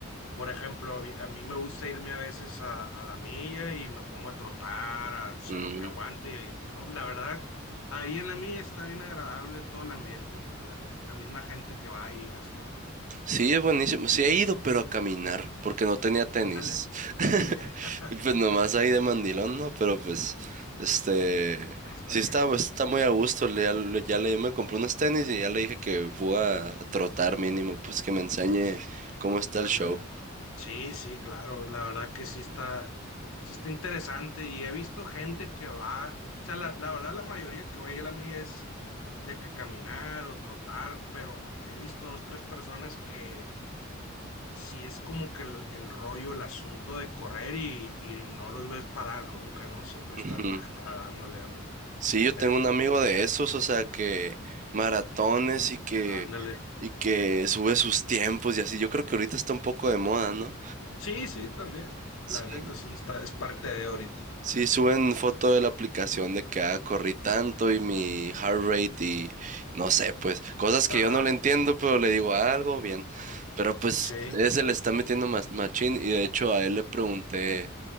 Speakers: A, on the left; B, on the right.
A: por ejemplo, a mí a mí me gusta irme a veces a, a la milla y me pongo a trotar, a, o sea,
B: mm.
A: lo que aguante. y, no, la verdad, ahí en la milla está bien agradable todo el ambiente, pues la, la misma gente que va y hace lo mismo.
B: Sí, es buenísimo. Sí he ido, pero a caminar, porque no tenía tenis.
A: Ándale,
B: <laughs>
A: sí, <laughs>
B: Y pues nomás ahí de mandilón, ¿no? Pero pues, este,
A: no está
B: sí está,
A: bien,
B: pues, está muy a gusto. Le- Ya, le- ya le, me compré unos tenis y ya le dije que voy a trotar mínimo, pues que me enseñe cómo está
A: ándale.
B: el show.
A: Sí, sí, claro, la verdad que sí está, sí está interesante y he visto gente que va, o sea, la, la verdad la mayoría que va a ir a mí es de que caminar o trotar, pero he visto dos, tres personas que sí es como que el, el rollo, el asunto de correr y, y no los ves parar nunca, ¿no? Siempre
B: Ujú.
A: están ta, ta, dándole, dándole,
B: Sí,
A: está
B: yo
A: interesante,
B: tengo un amigo de esos, o sea, que maratones y que,
A: ándale.
B: y que sube sus tiempos y así. Yo creo que ahorita está un poco de moda, ¿no?
A: Sí, sí, también,
B: Sí.
A: la neta sí está, es parte de ahorita.
B: Sí, suben foto de la aplicación de que ah, corrí tanto y mi heart rate y no sé, pues cosas que
A: Ajá,
B: yo no le entiendo, pero le digo "Ah, algo bien. Pero pues
A: sí,
B: ese le está metiendo más machín y de hecho a él le pregunté